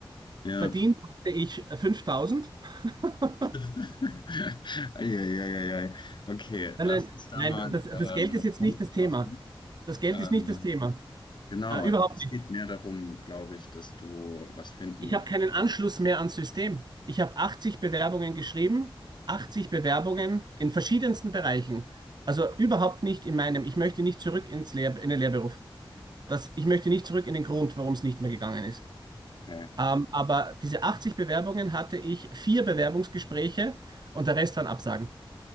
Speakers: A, on the left; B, on the right.
A: ja.
B: Verdient hatte ich 5000. <laughs>
A: <laughs> Eieieiei. Okay,
B: Nein,
A: lass
B: nein,
A: uns da mal
B: nein, das, das
A: äh,
B: Geld
A: einen
B: ist jetzt
A: Punkt
B: nicht das
A: machen.
B: Thema. Das Geld
A: Ähm,
B: ist nicht das Thema.
A: Genau,
B: Äh, überhaupt
A: es
B: nicht.
A: geht mehr darum, glaube ich, dass du was finden
B: Ich
A: musst.
B: habe keinen Anschluss mehr ans System. Ich habe 80 Bewerbungen geschrieben, 80 Bewerbungen in verschiedensten Bereichen. Also überhaupt nicht in meinem. Ich möchte nicht zurück ins Lehr in den Lehrberuf. Das, ich möchte nicht zurück in den Grund, warum es nicht mehr gegangen ist.
A: Okay,
B: Ähm, aber diese 80 Bewerbungen hatte ich vier Bewerbungsgespräche und der Rest waren Absagen.